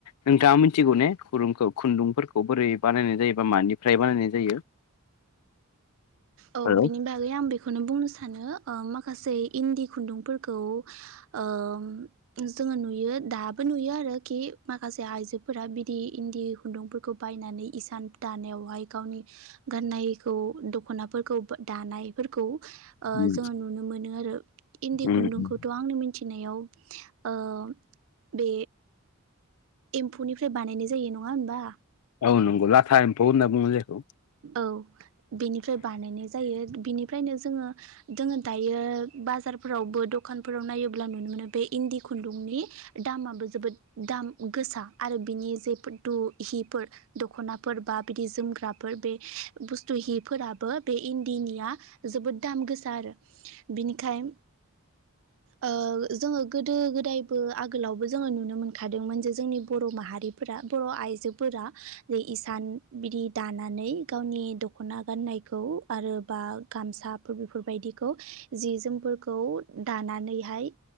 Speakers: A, on the left; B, on the right.
A: नोंथाङा मिथिगौ ने खुरुंखौ खुन्दुंफोरखौ खौ बोरै बानायनाय जायोबा मानिफ्राय बानायनाय जायो?
B: औ
A: हेल'
B: बिनि बा बागै आं बेखौनो बुंनो सानो ओ माखासे इन्दि खुन्दुंफोरखौ ओम जोङो नुयो दाबो नुयो आरोखि माखासे आइजोफोरा बिदि इन्दि खुन्दुंफोरखौ बायनानै इसान दानायावहाय गावनि गाननायखौ द ख'नाफोरखौ दानायफोरखौ ओ
A: उम
B: जोङो नुनो मोनो आरो। इन्दि
A: उम
B: खुन्दुंखौथ' आं मिथिनायाव ओ बे एम्फौनिफ्राय बानायनाय जायो नङा होमबा।
A: औ नंगौ लाथा एम्फौ होनना बुङो जायखौ
B: औ बेनिफ्राय बानायनाय जायो बिनिफ्रायनो जोङो जोङो दायो बाजारफोरावबो दखानफोराव नायोब्ला नुनो मोनो बे इन्दि खुन्दुंनि दामाबो जोबोद दाम गोसा आरो बिनि जे फुदु हिफोर दख'नाफोर बा बिदि जोमग्रा बे बुस्थु हिफोराबो बे इन्दिनिया जोबोद दाम गोसा आरो। बिनिखाय ओ जोङो गोदो गोदायबो आगोलावबो जोङो नुनो मोनखादोंमोन जे जोंनि बर' माहारि फोर बर' आइजोफोरा इसान बिदि दानानै गावनि दख'ना गाननायखौ आरो बा गामसाफोर बेफोरबायदिखौ जि जोमफोरखौ दानानैहाय